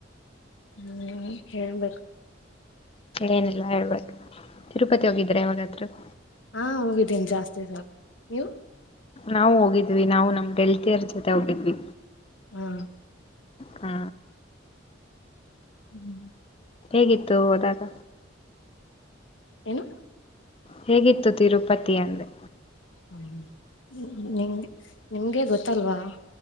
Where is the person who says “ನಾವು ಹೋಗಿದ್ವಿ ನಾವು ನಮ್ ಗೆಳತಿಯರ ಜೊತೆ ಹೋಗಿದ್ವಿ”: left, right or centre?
Left